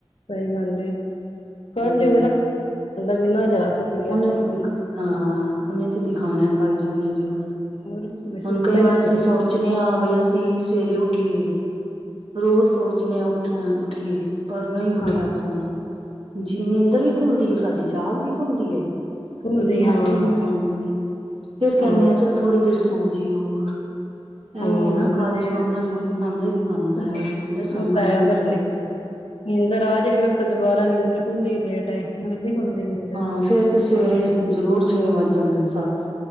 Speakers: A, on the left; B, on the right.
A: ਸਹੀ ਗੱਲ ਐ ਕੱਲ
B: ਹਮ
A: <unintelligible> ਦੇ ਬਿਨਾ ਜਾ ਸਕੀਏ
B: ਉਹਨੇ
A: ਅਸੀਂ
B: ਤੇ ਦਿ ਹਾਂ ਉਹਨੇ ਤੇ ਦਿਖਾਉਣਾ ਕਲਯੁੱਗ ਨੇ ਜ਼ੋਰ
A: ਹੋਰ ਵੀ ਸੁੱਤਾ
B: ਹੁਣ ਕਈ ਵਾਰ
A: ਹੀ ਰਹੀਏ
B: ਅਸੀਂ ਸੋਚ ਣੇ ਆ ਬਈ ਅਸੀਂ ਸਵੇਰੇ ਉੱਠੀਏ ਰੋਜ਼ ਸੋਚਦੇ ਆ ਉਠ ਉੱਠੀਏ। ਪਰ ਨਹੀਂ ਉੱਠਿਆ
A: ਹਾਂ
B: ਪੈਦਾ ਜੀ ਨੀਂਦਰ ਵੀ ਖੁੱਲਦੀ ਐ ਸਾਡੀ ਜਾਗ ਵੀ। ਖੁੱਲਦੀ
A: ਭੁੱਲਦੀ
B: ਲੇਕਿਨ ਉੱਠ
A: ਹਾਂ
B: ਈ ਨੀ
A: ਫਿਰ
B: ਪਾਂਦੀ ਫੇਰ ਕਹਿੰਨੇ
A: ਹਾਂ
B: ਆ ਚੱਲ ਥੋੜ੍ਹੀ ਦੇਰ ਸੋਜੀਏ ਹੋਰ। ਇਹੀ
A: ਹਾਂ
B: ਐ ਨਾ
A: ਵਧੀਆ
B: ਕਲਯੁਗ ਆਪਣਾ ਜ਼ੋਰ ਦਿਖਾਂਦਾ ਹੀ ਦਿਖਾਂਦਾ
A: ਹੋਰ
B: ਕਹਿੰਦਾ ਸੰਗਤ
A: ਉਹ ਤਾਂ ਹੈ
B: ਨਾ
A: ਅਗਰ
B: ਕਰੇ
A: ਨਹੀਂ
B: ਕੋਈ
A: ਨੀਂਦਰ ਆ ਜੇ ਫੇਰ ਤਾਂ ਦੁਬਾਰਾ ਨੀਂਦਰ ਖੁੱਲਦੀ ਲੇਟ ਆ ਫਿਰ ਨੀ ਖੁੱਲਦੀ ਨੀਂਦਰ।
B: ਹਾਂ ਫੇਰ ਤੇ ਸਵੇਰੇ ਜ਼ਰੂਰ ਛੇ ਵੱਜ ਜਾਂਦੇ ਨੇ ਸੱਤ